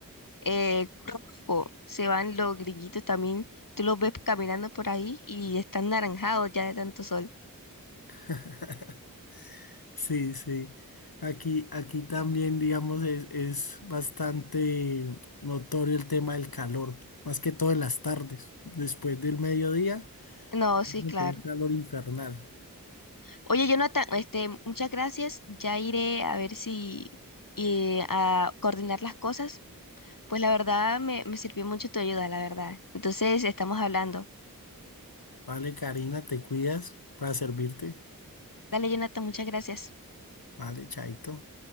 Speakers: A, on the left; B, on the left.
A: eh, rojo, se van los grillitos también. Tú los ves caminando por ahí y están naranjados ya de tanto sol.
B: <laughs> Sí, sí. Aquí, aquí también, digamos, es, es bastante notorio el tema del calor, más que todo en las tardes. Después del mediodía
A: No, sí,
B: Meter
A: claro.
B: un calor infernal.
A: Oye, Jonathan, este, muchas gracias. Ya iré a ver si eh, a coordinar las cosas Pues la verdad me, me sirvió mucho tu ayuda, la verdad. Entonces estamos hablando.
B: Vale, Karina, te cuidas para servirte.
A: Dale, Jonathan, muchas gracias.
B: Vale, chaito.